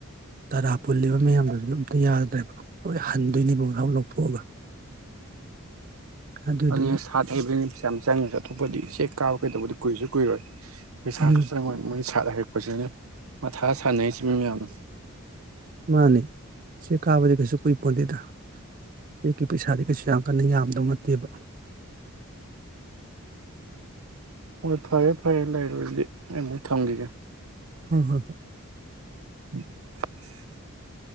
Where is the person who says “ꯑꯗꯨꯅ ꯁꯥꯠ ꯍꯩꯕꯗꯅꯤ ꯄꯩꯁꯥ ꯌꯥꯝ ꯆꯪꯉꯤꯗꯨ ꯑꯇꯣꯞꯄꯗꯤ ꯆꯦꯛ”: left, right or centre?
Right